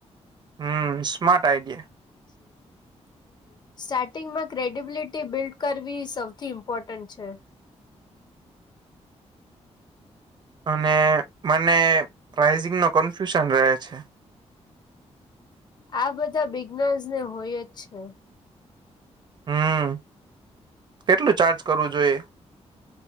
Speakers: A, on the right; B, on the left.
A: હમ સ્માટ આઈડિયા.
B: શી. <inaudible> સ્ટાર્ટિંગમાં ક્રેડિબિલિટી બિલ્ડ કરવી સૌથી ઇમ્પોર્ટન્ટ છે.
A: અને મને પ્રાઇઝિંગ નો કન્ફ્યુઝન રહે છે.
B: આ બધા બિગ નર્સ ને હોયજ છે.
A: હમ કેટલું ચાર્જ કરવું જોઈએ.